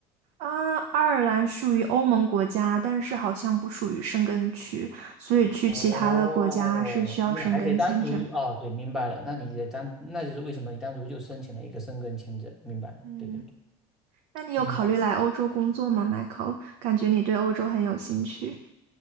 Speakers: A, on the right; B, in the centre.
A: 啊，爱尔兰属于欧盟国家，但是好像不属于申根区，所以去其他的国家是需要申根签证。
B: 哦，你还得单独哦，对，明白了。那你的单，那就是为什么你单独就申请了一个申根签证，明白了对对对，
A: 嗯。那你有考虑来欧洲工作吗，Michael？
B: 明白了。
A: 感觉你对欧洲很有兴趣。